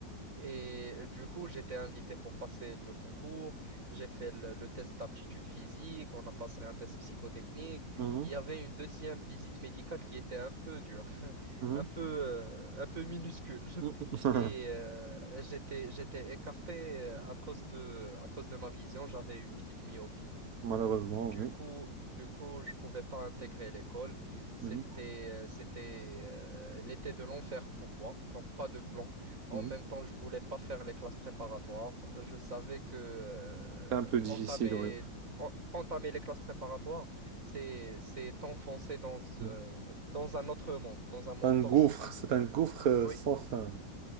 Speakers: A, on the right (about 45°); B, on the right (about 60°).
A: Et du coup, j'étais invité pour passer le concours. J'ai fait le, le test d'aptitude physique. On a passé un test psychotechnique.
B: mhm,
A: Il y avait une deuxième visite médicale qui était un peu dure, <laughs>
B: mhm,
A: un peu, euh, un peu minuscule.
B: mhm.
A: Et euh,
B: <laughs>
A: j'étais, j'étais écarté euh, à cause de, à cause de ma vision. J'avais une petite myopie.
B: Malheureusement,
A: Du
B: oui.
A: coup, du coup, je pouvais pas intégrer l'école. C'était,
B: Mhm,
A: euh, c'était euh, l'été de l'enfer pour moi, donc pas de plan. En
B: mhm.
A: même temps, je voulais pas faire les classes préparatoires. Je savais que euh,
B: C'est un peu difficile,
A: entamer,
B: oui.
A: en- entamer les classes préparatoires, c'est, c'est t'enfoncer dans, euh,
B: Mhm.
A: dans un autre monde, dans un monde
B: Un
A: toxique.
B: gouffre, c'est
A: <laughs>
B: un gouffre euh,
A: Oui,
B: sans fin.